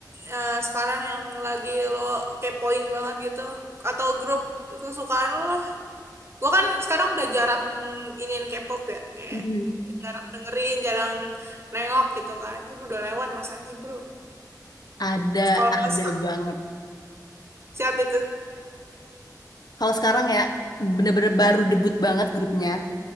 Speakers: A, on the right (about 35°); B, on the left (about 65°).
A: eh, sekarang yang lagi lo kepoin banget gitu? Atau grup kesukaan lo lah? Gue kan sekarang udah jarang iniin K-pop ya, kayak
B: mm-mm.
A: jarang dengerin, jarang nengok gitu kan. Gue udah lewat masanya bro.
B: Ada,
A: Sekolah
B: ada
A: otak.
B: banget.
A: Siapa itu?
B: Kalau sekarang ya, bener-bener baru debut banget grupnya.